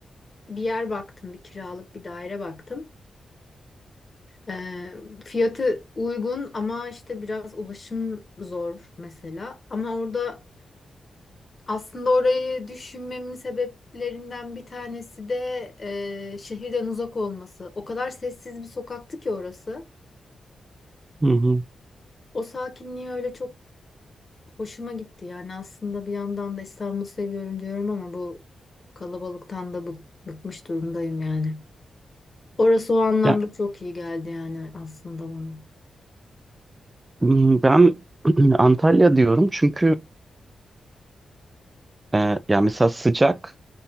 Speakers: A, on the left (about 35°); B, on the right (about 20°).
A: bir yer baktım, bir kiralık bir daire baktım. Ee, fiyatı uygun ama işte biraz ulaşım zor mesela. Ama orada Aslında orayı düşünmemin sebeplerinden bir tanesi de e, şehirden uzak olması. O kadar sessiz bir sokaktı ki orası.
B: hı hı.
A: O sakinliği öyle çok hoşuma gitti. Yani aslında bir yandan da İstanbul'u seviyorum diyorum ama bu kalabalıktan da bık- bıkmış durumdayım yani. Orası o anlamda
B: Ya
A: çok iyi geldi yani aslında bana.
B: m, ben <clears throat> Antalya diyorum çünkü e, ya mesela sıcak.